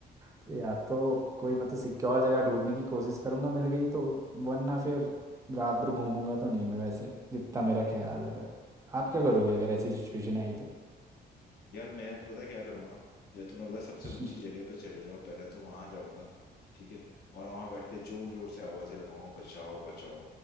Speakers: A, on the right; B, on the left.
A: तो या तो कोई मतलब सिक्योर जगह ढूंढने की कोशिश करूंगा मिल गई तो वरना फिर रात भर घूमूंगा तो नहीं मैं वैसे जितना मेरा ख्याल है पर आप क्या करोगे अगर ऐसी सिचुएशन आई तो
B: यार मैं तो पता है क्या करूंगा जैसे तुमने बोला सबसे
A: <laughs>
B: ऊंची जगह पे चले जाओ पहले तो वहां जाऊंगा ठीक है और वहां बैठ के जोर जोर से आवाजें लगाऊंगा बचाओ बचाओ